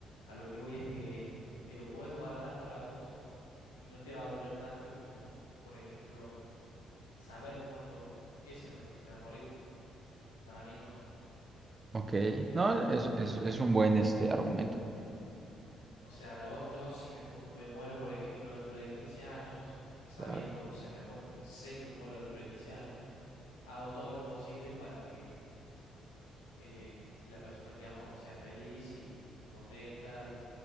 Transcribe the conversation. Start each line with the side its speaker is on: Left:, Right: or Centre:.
Left: a lo que voy es que te lo podés guardar para vos y no te va a doler tanto que como, por ejemplo, saber cuándo esa persona se va a morir. Para mí, ¿no?
Right: Ok,
Left: Eh,
Right: no, es, es, es un buen este argumento,
Left: o sea, yo, yo si me, pu- me muero, por ejemplo, dentro de 15 años, sabiendo,
Right: claro,
Left: o sea, me mue- me- sé que me muero dentro de 15 años, hago todo lo posible para que eh, la persona que amo sea feliz y esté contenta